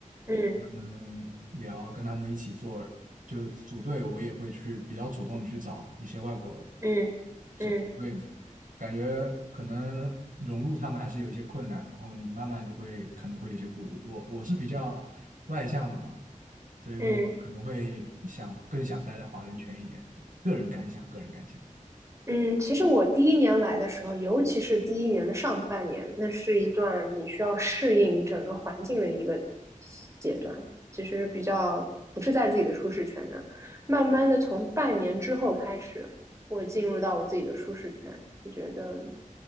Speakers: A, on the right; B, on the right.
A: 嗯
B: 跟他们聊，跟他们一起做，就是组队，我也会去比较主动地去找一些外国
A: 嗯嗯
B: 组队嘛，感觉可能融入他们还是有一些困难，然后你慢慢就会可能会有一些顾虑。我我是比较外向的嘛，所以说可能会想更想待在华人圈一点，
A: 嗯
B: 对，个人感想，个人感想。
A: 嗯。其实我第一年来的时候，尤其是第一年的上半年，那是一段你需要适应整个环境的一个阶段，其实比较不是在自己的舒适圈的。慢慢的，从半年之后开始。我进入到我自己的舒适圈，就觉得